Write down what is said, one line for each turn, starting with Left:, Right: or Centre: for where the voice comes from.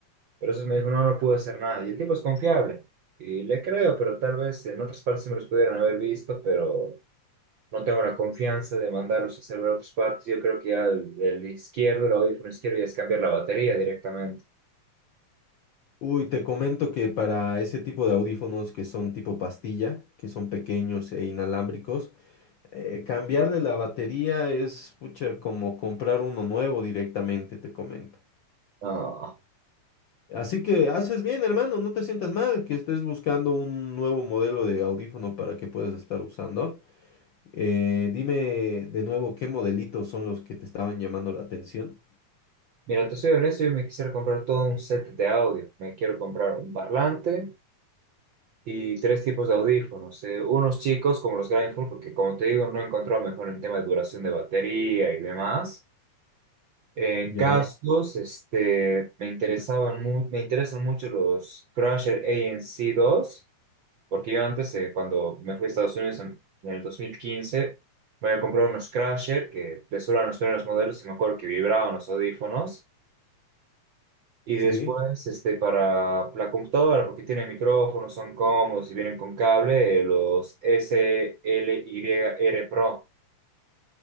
Right: pero eso me dijo, no, no pude hacer nada. Y el tipo es confiable y le creo, pero tal vez en otras partes sí me los pudieran haber visto, pero no tengo la confianza de mandarlos a hacer ver otras partes. Yo creo que ya el, el izquierdo, el audífono izquierdo, ya es cambiar la batería directamente.
Left: Uy, te comento que para ese tipo de audífonos que son tipo pastilla, que son pequeños e inalámbricos, eh, cambiarle la batería es, pucha, como comprar uno nuevo directamente, te comento.
Right: No,
Left: Así que haces bien, hermano, no te sientas mal que estés buscando un nuevo modelo de audífono para que puedas estar usando. Eh, dime de nuevo qué modelitos son los que te estaban llamando la atención.
Right: mira, te soy honesto, yo me quisiera comprar todo un set de audio. Me quiero comprar un parlante. y tres tipos de audífonos. eh, unos chicos como los Grindful, porque como te digo, no encontraba mejor en tema de duración de batería y demás. En
Left: Ya,
Right: cascos, este, me interesaban mu- me interesan mucho los Crusher ANC2, porque yo antes, eh, cuando me fui a Estados Unidos en, en el 2015, me había comprado unos Crusher, que de solo eran los primeros modelos, y me acuerdo que vibraban los audífonos. Y
Left: sí.
Right: después, este, para la computadora, porque tiene micrófonos, son cómodos y vienen con cable, eh, los S L Y r Pro.